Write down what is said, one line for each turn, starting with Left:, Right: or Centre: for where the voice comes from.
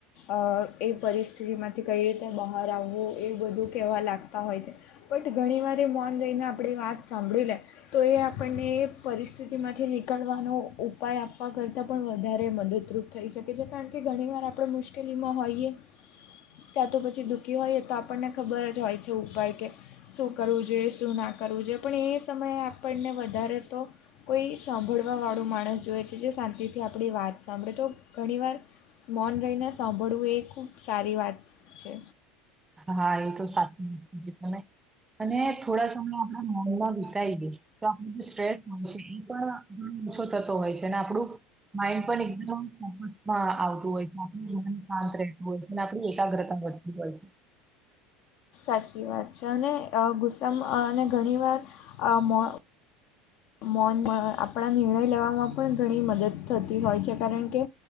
Left: અહ એ પરિસ્થિતિમાંથી કંઈ રીતે બહાર આવવું એ બધું કહેવા લાગતા હોય છે. બટ ઘણીવાર એ મૌન રહીને આપણી વાત સાંભળી લે તો એ આપણને પરિસ્થિતિમાંથી નીકળવાનો ઉપાય આપવા કરતાં પણ વધારે મદદરૂપ થઈ શકે છે. કારણ કે ઘણીવાર આપણે મુશ્કેલીમાં હોઈએ
Right: <inaudible>
Left: કાં તો પછી દુઃખી હોઈએ તો આપણને ખબર જ હોય છે ઉપાય કે શું કરવું જોઈએ, શું ના કરવું જોઈએ. પણ એ સમયે આપણને વધારે તો કોઈ સાંભળવાવાળું માણસ જોઈએ છે જે શાંતિથી આપણી વાત સાંભળે તો ઘણીવાર મૌન રહીને સાંભળવું એ ખૂબ સારી વાત છે.
Right: હા એ તો સાચું <inaudible> તમે અને થોડા સમય આપણા મૌનમાં વિતાઈ ગયા. તો આપનું જે સ્ટ્રેસ હોય છે એ પણ ઘણો ઓછો થતો હોય છે અને આપણું માઇન્ડ પણ એકદમ ફોકસમાં આવતું હોય છે. આપું જીવન શાંત રહે. બોલ છે ને આપણી એકાગ્રતા વધતી હોય છે.
Left: સાચી વાત છે. અને અ ગુસ્સામાં અને ઘણીવાર અ મો મૌન આપણા નિર્ણય લેવામાં પણ ઘણી મદદ થતી હોય છે કારણ કે